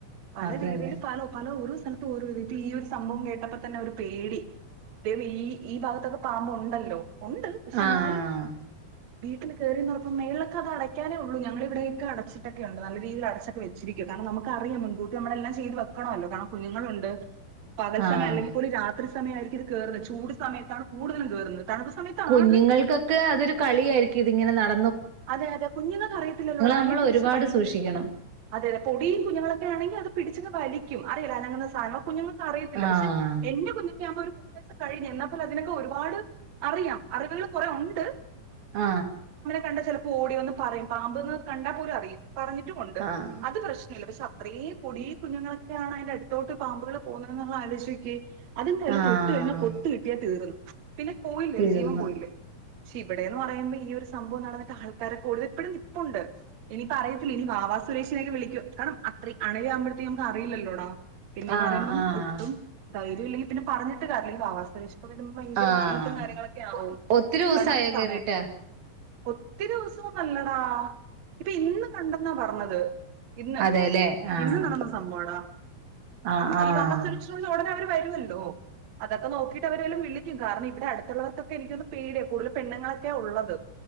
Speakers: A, on the right (about 60°); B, on the right (about 85°).
A: പല
B: അത്
A: രീതിയിൽ
B: തന്നെ
A: പല പല ഓരോ സ്ഥത്തും ഓരോ ഇ ഇപ്പൊ ഈ ഒരു സംഭവം കേട്ടപ്പോ തന്നെ ഒരു പേടി ദേ ഈ ഈ ഭാഗത്തൊക്കെ പാമ്പ്ണ്ടല്ലോ ഉണ്ട് പക്ഷെ
B: ആഹ്
A: എന്നാലും വീട്ടിൽ കേറീന്നറഞ്ഞപ്പം മേഴിലൊക്കെ അടക്കാനേള്ളൂ ഞങ്ങളിവിടെക്ക അടച്ചിട്ടൊക്ക ഒണ്ട് നല്ല രീതിൽ അടച്ചൊക്കെവെച്ചിരിക്കും കാരണം നമുക്ക് അറിയു മുൻകൂട്ടി നമ്മെല്ലാം ചെയ്ത് വെ ക്കണല്ലോ കാരണം കുഞ്ഞുങ്ങളുണ്ട് പകൽ
B: ആഹ്
A: സമയം അല്ലെങ്കിൽ കൂടി രാത്രി സമയയിരി ത് കേറുന്നത് ചൂട് സമയത്താണ് കൂടുതലും കയറുന്നത് തണുപ്പ് സമയത്താണ്
B: കുഞ്ഞുങ്ങൾക്കൊക്കെ അതൊരു കളിയാരിക്കും ഇതിങ്ങനെ നട
A: അതെ അതെ കുഞ്ഞങ്ങൊക്കെ അറിയത്തില്ലല്ലോടാ
B: നമ്മൾ
A: അതിനെ പിടിച്ച്
B: ഒരുപാട്
A: വലിക്കും
B: സൂക്ഷിക്കണം
A: അതെ അതെ പൊടിയും കുഞ്ഞുങ്ങളൊക്കെ ആണെങ്കി അത് പിടിച്ചങ് വലിക്കും അറയില്ല അനങ്ങ്ന്ന സാനം കുഞ്ഞുങ്ങ അറിയത്തില്ല
B: ആഹ്
A: പക്ഷെ എന്റെ കുഞ്ഞീനെയാമ്പോ ഒരു കൂ കഴിഞ്ഞു എന്നാപ്പല അതിനൊക്കെ ഒരുപാട് അറിയാം അറിവുകൾ കുറെ ഒണ്ട്
B: ആ
A: കണ്ട ചിലപ്പോ ഓടി വന്ന് പറയും പാമ്പ്ന്ന് കണ്ടാ പോലും അറിയും പറഞ്ഞിട്ടും ഒണ്ട്
B: ആഹ്
A: അത് പ്രശ്നമില്ല പ അത്രേം പൊടി കുഞ്ഞുങ്ങളൊക്കെയാണ് അതിന്റെ അടുത്തോട്ട് പാമ്പുകള് പോകുന്നത് എന്നുള്ള ആലോചിച്ച് നോക്കിക്കെ അതും <unintelligible>
B: ആഹ്
A: തൊട്ടു കഴിഞ്ഞ കൊത്തു കിട്ടിയാ തീർന്ന് പിന്നെ പോയില്ലേ
B: തീർന്ന്
A: ഒരു ജീവൻ പോയില്ലേ പക്ഷെ ഇവിടെ എന്ന് പറയുമ്പോ ഈ ഒരു സം ബവം നടന്നിട്ട് ആൾക്കാരെ കൂടുതൽ ഇപ്പഴും നിപ്പുണ്ട് ഇനിപ്പ അറയത്തില്ല ഇനി വാവാ സുരേഷിനെൊക്കെ വിളിക്കും കാരണം അത്ര അണലിയാവുമ്പഴ്ത്തേക്ക് നമുക്ക് അറിയില്ലല്ലോടാ പിന്നെന്ന്
B: ആഹ്
A: പറയുമ്പം
B: ആഹ്
A: ഒട്ടും ദ ഇല്ലങ്കിൽ പിന്നെ പറഞ്ഞി്ട് അല്ലങ്കിൽ ആവാസരേഷിക്ക വരുമ്പോ ഭയങ്കര
B: ആഹ്
A: ബുദ്ധിമുട്ടും കാര്യങ്ങളൊക്കെ ആകവും
B: ഒത്തിരി ദിവസായോ
A: കാരണം സമയം
B: കേറിട്ട്
A: ഒത്തിരി ദിവസം നല്ലടാ ഇപ്പൊ ഇന്ന് കണ്ടെന്നാ പറഞ്ഞത് ഇന്ന്
B: അതെല്ലേ ആഹ്
A: ഇന്ന് നടന്ന സംഭവം അടാ
B: ആഹ് ആഹ്
A: ഈ വാസവിശ്രമിച്ച ഉടനെ അവര് വരുമല്ലോ അതൊക്കെ നോക്കിട്ട് അവരെല്ലാം വി ും കാരണം ഇവിടെ അടുത്തുള്ളവർക്കൊക്കെ എനിക്കൊന്ന് പേടിയ കൂടുതൽ പെണ്ണങ്ങളൊക്കെ ഉള്ളത്